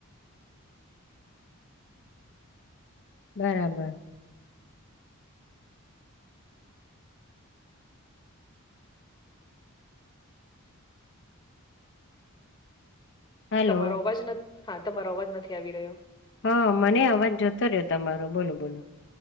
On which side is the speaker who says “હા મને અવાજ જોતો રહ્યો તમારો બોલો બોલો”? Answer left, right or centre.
Left